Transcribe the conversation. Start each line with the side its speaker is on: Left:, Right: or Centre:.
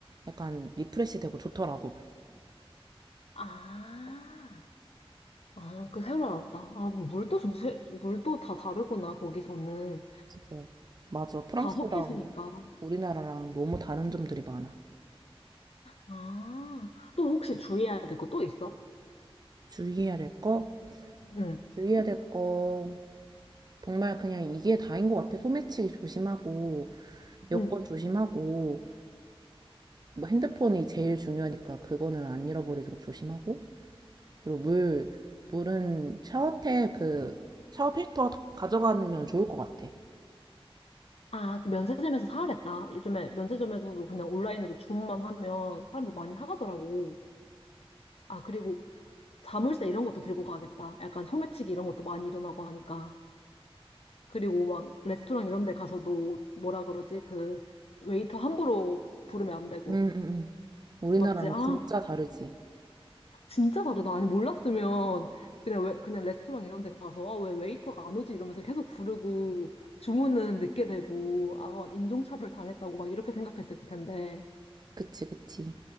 Right: 약간 리프레시 되고 좋더라고.
Left: 아, 아, 그 새로 알았다. 아, 뭐 물도 좀 세- 물도 다 다르구나. 거기서는
Right: 진짜. 맞아. 프랑스랑
Left: 다 섞여서니까.
Right: 우리나라랑 너무 다른 점들이 많아.
Left: 아, 또 혹시 주의해야 될 거 또 있어?
Right: 주의해야 될 거?
Left: 응,
Right: 주의해야 될 거. 정말 그냥 이게 다인 것 같아. 소매치기 조심하고, 여권
Left: 응.
Right: 조심하고, 뭐 핸드폰이 제일 중요하니까 그거는 안 잃어버리도록 조심하고. 그리고 물, 물은 샤워템 그 샤워 필터 가져가면 좋을 것 같아.
Left: 아, 그 면세점에서 사야겠다. 요즘에 면세점에서도 그냥 온라인으로 주문만 하면 사람들 많이 사가더라고. 아, 그리고 자물쇠 이런 것도 들고 가야겠다. 약간 소매치기 이런 것도 많이 일어나고 하니까. 그리고 막 레스토랑 이런 데 가서도 뭐라 그러지? 그 웨이터 함부로 부르면 안 되고.
Right: 응, 응, 응. 우리나라랑
Left: 맞지? 아,
Right: 진짜 다르지.
Left: 진짜 다르다. 아니, 몰랐으면 그냥 왜, 그냥 레스토랑 이런 데 가서 아, 왜 웨이터가 안 오지? 이러면서 계속 부르고 주문은 늦게 되고 아, 막 인종차별 당했다고 막 이렇게 생각했을 텐데.
Right: 그치, 그치.